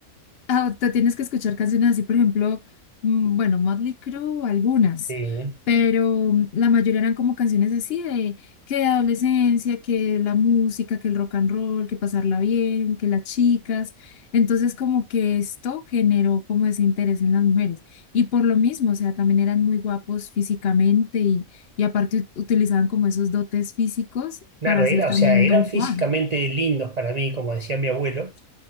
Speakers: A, on the left (about 50°); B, on the right (about 80°).
A: Ah, te tienes que escuchar canciones así, por ejemplo, mm, bueno, Motley Crue, algunas,
B: Sí.
A: pero mm, la mayoría eran como canciones así de que de adolescencia, que la música, que el rock and roll, que pasarla bien, que las chicas. Entonces, como que esto generó como ese interés en las mujeres. Y por lo mismo, o sea, también eran muy guapos físicamente y, y aparte ut- utilizaban como esos dotes físicos
B: Claro,
A: para hacer
B: era,
A: también
B: o sea, eran
A: Don
B: físicamente
A: Juan.
B: lindos para mí, como decía mi abuelo,